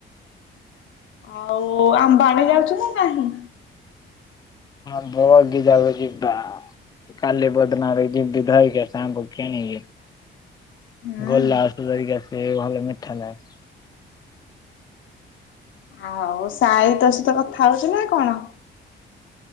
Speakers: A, on the left (about 75°); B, on the left (about 20°).
A: ଆଉ ଆମ୍ବା ଆଣିେ ଯାଉଛୁ ନା ନାହିଁ
B: ହଁ ଭି ଯାଉ ଯିବା କାଲି ବଦନା ରେ ଯି ଧରକି ସାଙ୍ଗ କିଣିକି
A: ହୁଁ
B: ଗଲଲା ତାରିଖ ଆ ଭଲ ମି ଥାନଲେ <inaudible>
A: ଆଉ ସାଇ ତୋ ସହିତ କଥା ହଉଚ ନା କଣ